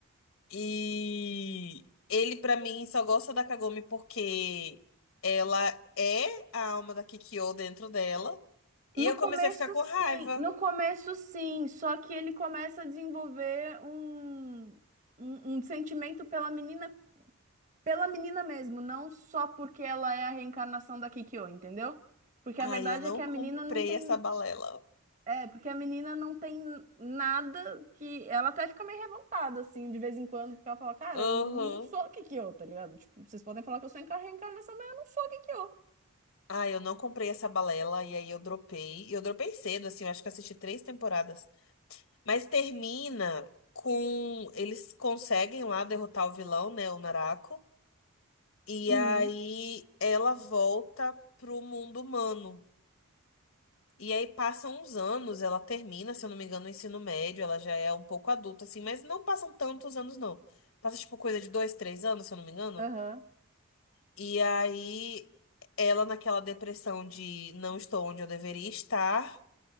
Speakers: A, on the left; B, on the right.
A: E ele pra mim só gosta da Kagome porque ela é a alma da Kikyo dentro dela. E
B: No
A: eu comecei
B: começo,
A: a ficar com
B: sim.
A: raiva.
B: No começo, sim. Só que ele começa a desenvolver um, um, um sentimento pela menina, pela menina mesmo, não só porque ela é a reencarnação da Kikyo, entendeu? Porque
A: Ai,
B: a verdade
A: eu não
B: é que a
A: comprei
B: menina não tem.
A: essa balela.
B: É, porque a menina não tem nada que. Ela até fica meio revoltada, assim, de vez em quando, porque ela fala, cara,
A: Aham.
B: eu não não sou Kikyo, tá ligado? Tipo, vocês podem falar que eu sou encar- reencarnação, mas eu não sou Kikyo.
A: Ai, eu não comprei essa balela e aí eu dropei. E eu dropei cedo, assim, eu acho que eu assisti três temporadas. Mas termina com eles conseguem lá derrotar o vilão, né, o Narako, e
B: Uhum,
A: aí ela volta pro mundo humano. E aí passam uns anos, ela termina, se eu não me engano, o ensino médio, ela já é um pouco adulta assim, mas não passam tantos anos não. Passa tipo coisa de dois, três anos, se eu não me engano.
B: aham.
A: E aí ela naquela depressão de não estou onde eu deveria estar,